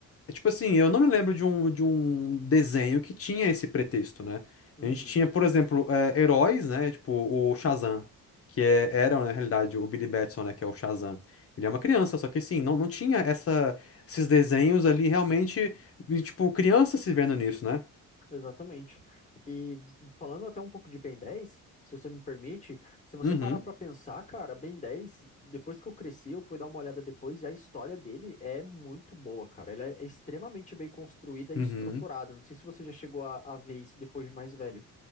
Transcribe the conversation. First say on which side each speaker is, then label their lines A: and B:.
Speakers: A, on the left; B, on the left.
A: É tipo assim, eu não me lembro de um, de um desenho que tinha esse pretexto, né?
B: Uhum.
A: A gente tinha, por exemplo, é, heróis, né? Tipo, o Shazam, que é, era, na realidade, o Billy Batson, né? Que é o Shazam. Ele é uma criança, só que assim, não, não tinha essa, esses desenhos ali realmente, e, tipo, criança se vendo nisso, né?
B: Exatamente. E falando até um pouco de Ben 10, se você me permite, se você
A: Uhum,
B: parar pra pensar, cara, Ben 10, depois que eu cresci, eu fui dar uma olhada depois e a história dele é muito boa, cara. Ela é extremamente bem construída e
A: uhum,
B: estruturada. Não sei se você já chegou a, a ver isso depois de mais velho.